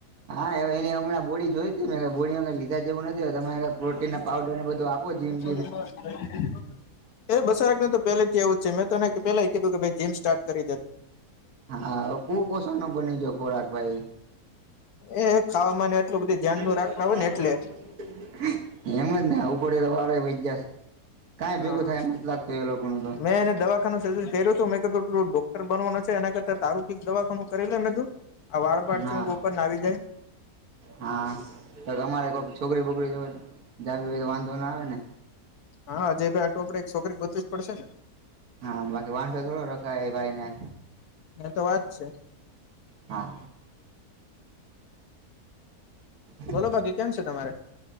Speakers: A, on the right; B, on the left.
A: હા હવે એની હમણાં બોડી જોઈતી હતી કે બોડી અવે લીધા જેવું નથી હતું તમે પ્રોટીન ના પાવડર ને બધું આપો જીન-
B: <inaudible> એ બસરાક ને તો પેલે થી એવું જ છે મેં તને પેલા યે કીધું કે ભઈ જીમ સ્ટાર્ટ કરી દે.
A: હા કુ પોષણ નો બની ગયો ખોરાક ભાઈ.
B: એ ખાવામાંને એટલું બધું ધ્યાન નું
A: <inaudible>
B: રાખતા હોય ને એટલે
A: એમ જ ને આવું પડે તો વારો વહી ગયા છે કઈ
B: હા
A: ભેગું થાય એમ નથી લાગ તે લોકોનું તો
B: મેં એને દવાખાનું સજેસ્ટ કર્યું હતું મે કીધું તું ડોક્ટર બનવાનો છે એના કરતા તારુ કઈ દવાખાનું કરી લે મે તું. આ વાળ પાડ
A: હા
B: છે હું ઉપર ના આવી જાય.
A: હા તો તમારે કોઈ છોકરી બોકરી જોવી હોય તો વાંધો ના આવે ને.
B: હા હજય ભાઈ આટું આપડે છોકરી ગોતવી જ પડશે
A: હા બાકી વાંધો થોડો રખાય ભાઈ ને.
B: એ તો વાત છે.
A: હા. <inaudible>
B: બોલો બાકી કેમ છે તમારે.